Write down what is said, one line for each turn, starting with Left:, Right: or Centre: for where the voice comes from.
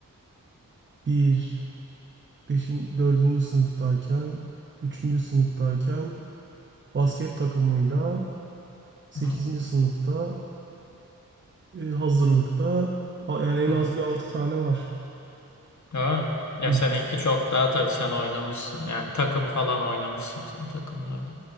Right: bir, beşin, dördüncü sınıftayken, üçüncü sınıftayken basket takımıyla sekizinci
Left: Hı
Right: sınıfta e, hazırlıkta a- yani en
Left: hı.
Right: az
Left: hı.
Right: bir altı tane var.
Left: Aa, ya
Right: İlk
Left: seninki
Right: üç.
Left: çok daha tabii sen oynamışsın. Yani takım falan oynamışsın sen takımlarda.